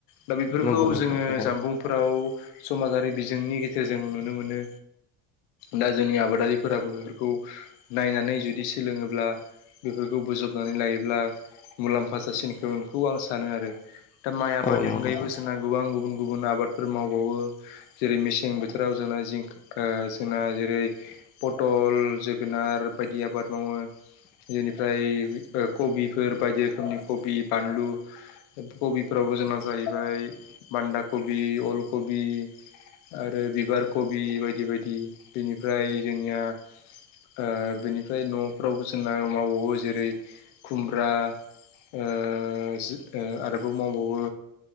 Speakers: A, on the left; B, on the left.
A: दा बेफोरखौ
B: नंगौ नोंथां
A: जोङो
B: थारैनो
A: जामबुंफोराव समाजारि बि जोंनि गेजेरजों नुनो मोनो। दा जोंनि आबादारिफोराबो बेफोरखौ नायनानै जुदि सोलोङोब्ला बेफोरखौ बोजबनानै लायोब्ला मुलाम्फा जासिनगोनखौ आं सानो आरो। दा माइ आबादनि
B: औ नंगौ
A: अनगायैबो
B: नोंथां
A: सोनां गोबां गुबुन गुबुन आबादफोर मावबावो। जेरै मेसें बोथोराव जोंना जिं ओ जोंना जेरै पथल जोगोनार बायदि आबाद मावो। बेनिफ्राय ओ कबिफोर बायदि रोखोमनि कबि बानलु कबिफ्रावबो जोंना जाहैबाय बान्दा कबि अल कबि आरो बिबार कबि बायदि बायदि बेनिफ्राय जोंनिया ओ बेनिफ्राय नफ्रावबो जोंना मावबावो जेरै खुमब्रा ओ जो ओ आरोबाव मावबावो